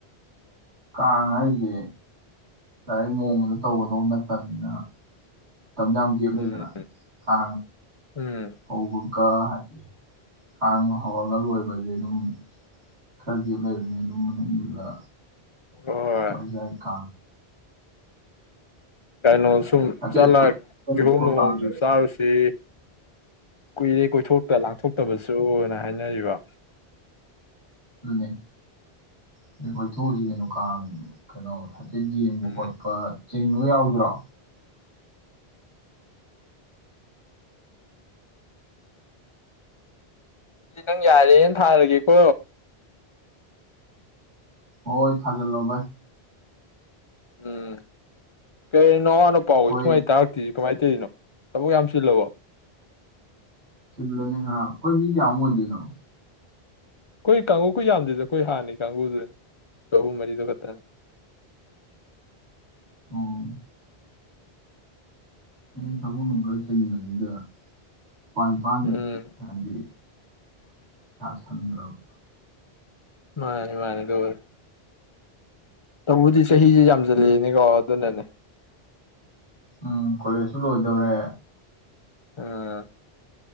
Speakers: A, on the right; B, on the left.
A: ꯀꯥꯡ ꯍꯥꯏꯁꯦ ꯂꯥꯏꯔꯤꯛ ꯅꯣꯡꯃꯗ ꯇꯧꯒꯗꯧꯕ ꯅꯠꯇꯕꯅꯤꯅ ꯃꯇꯝꯗ ꯌꯥꯝ ꯒꯦꯞ
B: ꯎꯝ
A: ꯂꯩꯗꯅ ꯑ
B: ꯎꯝ
A: ꯍꯧꯕ ꯀ ꯍꯥꯏꯗꯤ ꯀꯥꯡ ꯍꯧꯔꯒ ꯂꯣꯏꯕꯁꯦ ꯑꯗꯨꯝ ꯈꯔ ꯒꯦꯞ ꯂꯩꯔꯅꯤ ꯑꯗꯨꯝ ꯃꯅꯨꯡꯗꯨꯗ
B: ꯍꯣꯏ
A: ꯇꯖꯥꯏ ꯀꯥ
B: ꯀꯩꯅꯣ ꯁꯨꯝ
A: ꯍꯥꯏꯐꯦꯠ
B: ꯆꯠꯂ
A: ꯀꯣꯏꯊꯣꯛꯑ
B: ꯀꯤꯍꯣꯝ ꯂꯨꯍꯣꯡꯗꯨ
A: ꯀꯥꯡ ꯑ
B: ꯆꯥꯔꯨꯁꯤ ꯀꯣꯏꯔꯦ ꯀꯣꯏ ꯊꯣꯛ ꯇ ꯂꯥꯛ ꯐꯠꯇꯕꯁꯨꯅ ꯍꯥꯏꯅꯔꯤꯕ
A: ꯑꯗꯨꯅꯦ ꯑꯗꯩ ꯀꯣꯏꯊꯣꯛꯎꯁꯤ ꯀꯩꯅꯣ ꯀꯥꯡ ꯀꯩꯅꯣ ꯁꯤ ꯌꯦꯡꯕ
B: ꯎꯝ
A: ꯈꯣꯠꯄ ꯆꯤꯡꯕꯒ ꯌꯥꯎꯕꯤꯔꯣ
B: ꯑꯗꯨ ꯅꯪ ꯌꯥꯔꯦꯅ ꯊꯥꯔꯒꯦꯀꯣ
A: ꯍꯣꯏ ꯊꯥꯖꯜꯂꯣꯕ ꯥꯏ
B: ꯎꯝ ꯀꯩꯅ ꯄꯥꯎ
A: ꯑꯩꯈꯣꯏ
B: ꯁꯨꯃꯥꯏ ꯇꯥꯔꯛꯇ ꯀꯃꯥꯏꯅ ꯇꯧꯔꯤꯅꯣ ꯊꯕꯛ ꯌꯥꯝ ꯆꯜꯂꯕꯣ
A: ꯆꯤꯜꯂꯦꯅꯦ ꯈꯔ ꯑꯩꯈꯣꯏ ꯃꯤ ꯀꯌꯥꯃꯨꯛ ꯑꯣꯏꯗꯣꯏꯅꯣ
B: ꯑꯩꯈꯣꯏ ꯀꯥꯡꯨꯀ ꯌꯥꯝꯗ꯭ꯣꯏꯗ ꯑꯩꯈꯣꯏ ꯍꯥꯟꯅꯤ ꯀꯥꯡꯒꯕꯨꯗꯨꯅꯤ ꯑꯍꯨꯝ ꯃꯔꯤꯗꯨ ꯈꯛꯇꯅꯦ
A: ꯑꯣ ꯑꯦ ꯇꯃꯅꯅꯨꯡ ꯀꯔꯤ ꯆꯠꯗꯤ ꯏꯗ ꯄꯥꯥꯟ ꯅꯤꯄꯥꯥꯟ
B: ꯎꯝ
A: ꯍꯥꯏꯗꯤ ꯀ ꯁꯗ꯭ꯔꯕ
B: ꯃꯥꯅꯦ ꯃꯥꯅꯦ ꯗꯔ ꯇꯎꯕꯨꯖꯤ ꯆꯍꯤꯁꯦ ꯌꯥꯝꯁꯤꯜꯂꯛꯦꯅꯤꯀꯣ
A: ꯑꯗꯨ
B: ꯑꯗꯨꯅꯅꯦ
A: ꯎꯝ ꯀꯣꯂꯦꯖꯁꯨ ꯂꯣꯏꯗꯧꯔꯦ
B: ꯑꯥ